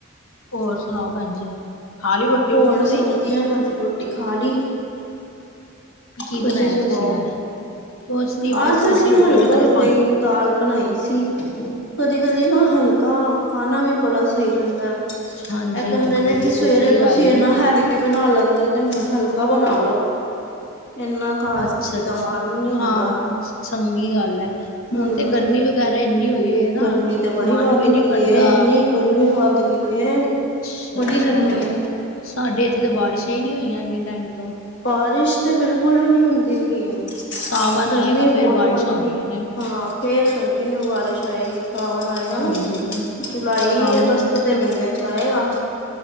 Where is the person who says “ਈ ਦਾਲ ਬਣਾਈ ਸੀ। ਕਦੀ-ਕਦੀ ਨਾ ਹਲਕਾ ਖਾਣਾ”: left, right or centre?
Left